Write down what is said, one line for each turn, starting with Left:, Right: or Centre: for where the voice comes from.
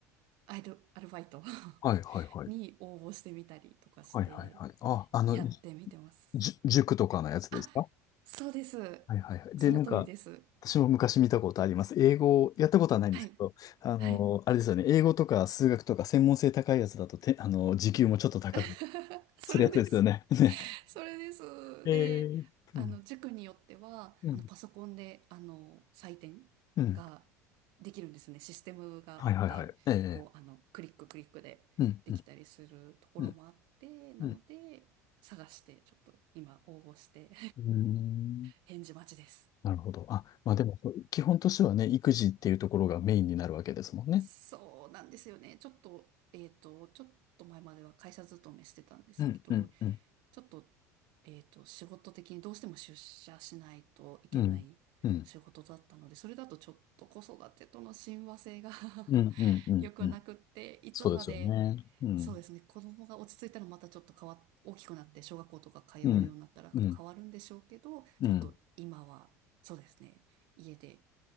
Right: アル、アルバイト
Left: はいはいはい。
Right: <laughs> に応募してみたりとかして、
Left: はいはいはい。あ、あの、
Right: やってみてます。
Left: じゅ塾とかのやつですか
Right: あ、そうです。
Left: はいはいはい。で、
Right: その通りです。
Left: なんか、私も昔見たことあります。英語、やったことはないんですけど、
Right: はい。
Left: あの、
Right: はい。
Left: あれですよね。英語とか数学とか専門性高いやつだとて、あの、時給もちょっと高く、
Right: <laughs> それです。
Left: するやつですよね。<laughs> ね。
Right: それです。
Left: えー、
Right: で、あの、
Left: うん、
Right: 塾によっては、
Left: うん、
Right: あの、パソコンで、あの、採点ができるんですね。
Left: うん。
Right: システムがあって、
Left: はいはいはい。ええ
Right: こう、あの、クリッククリックでできたりするところもあって、
Left: うん、うん、うん、
Right: なので、
Left: うん。
Right: 探して、ちょっと今応募して
Left: うーん
Right: 返事待ちです。
Left: なるほど。あ、まあでも、基本としてはね、育児っていうところがメインになるわけですもんね。
Right: そうなんですよね。ちょっと、えっと、ちょっと前までは会社勤めしてたんですけど、
Left: うん、うん、うん、
Right: ちょっと、えっと、仕事的にどうしても出社しないといけない仕事だったので、
Left: うん、うん、
Right: それだとちょっと子育てとの親和性が
Left: うん、
Right: <laughs>
Left: うん、うん。
Right: 良くなくって、
Left: うん
Right: いつまで、
Left: そうですよね。うん。
Right: そうですね、子供が落ち着いたらまたちょっと変わっ、大きくなって小学校とか通うようになったら変わるんでしょうけど、
Left: うん。うん。うん。
Right: ちょっと今は、そうですね、家で